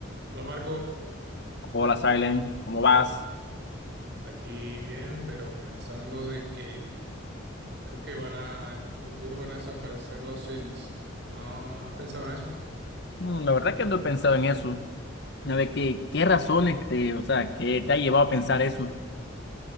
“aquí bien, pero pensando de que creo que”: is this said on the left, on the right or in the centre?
Right